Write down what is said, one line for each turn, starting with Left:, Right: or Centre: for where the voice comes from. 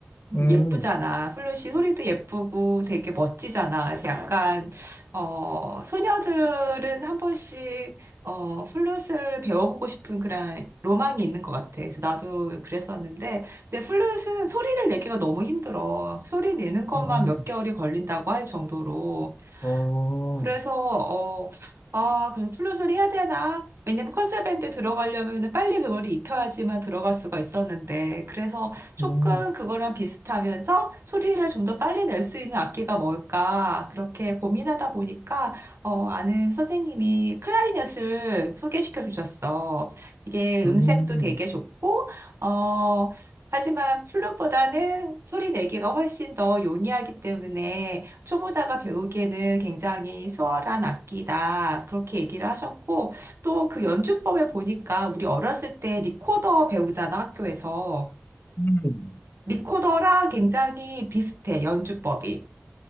Right: 음,
Left: 음,
Right: 예쁘잖아. 플룻이 소리도 예쁘고 되게 멋지잖아. 그래서 약간, 어, 소녀들은 한 번씩, 어, 플룻을 배워보고 싶은 그런 로망이 있는 것 같아. 그래서 나도 그랬었는데, 근데 플룻은 소리를 내기가 너무 힘들어. 소리 내는 것만
Left: 어,
Right: 몇 개월이 걸린다고 할 정도로.
Left: 어,
Right: 그래서 어, 아, 그래서 플룻을 해야 되나? 왜냐면 컨설밴드 들어가려면 빨리 그걸 익혀야지만 들어갈 수가 있었는데, 그래서 조금
Left: 음,
Right: 그거랑 비슷하면서 소리를 좀 더 빨리 낼 수 있는 악기가 뭘까? 그렇게 고민하다 보니까, 어, 아는 선생님이 클라리넷을 소개시켜 주셨어. 이게 음색도
Left: 음,
Right: 되게 좋고, 어, 하지만 플룻보다는 소리 내기가 훨씬 더 용이하기 때문에 초보자가 배우기에는 굉장히 수월한 악기다. 그렇게 얘기를 하셨고, 또 그 연주법에 보니까 우리 어렸을 때 리코더 배우잖아, 학교에서.
Left: 음.
Right: 리코더랑 굉장히 비슷해, 연주법이.